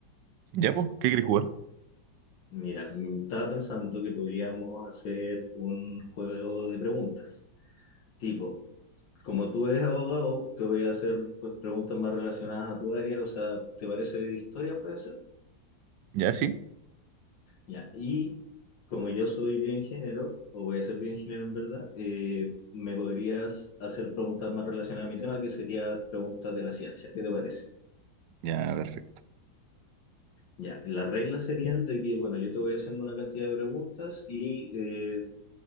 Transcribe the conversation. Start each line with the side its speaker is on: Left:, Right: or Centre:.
Right: Ya, pues, ¿qué quieres jugar?
Left: Mira, mm, estaba pensando que podríamos hacer un juego de preguntas. Tipo, como tú eres abogado, te voy a hacer preguntas más relacionadas a tu área. O sea, ¿te parece de historia, pues?
Right: Ya, sí.
Left: Ya, y como yo soy bioingeniero, o voy a ser bioingeniero en verdad, eh, me podrías hacer preguntas más relacionadas a mi tema, que sería preguntas de la ciencia. ¿Qué te parece?
Right: Ya, perfecto.
Left: Ya, las reglas serían de que, bueno, yo te voy haciendo una cantidad de preguntas y eh,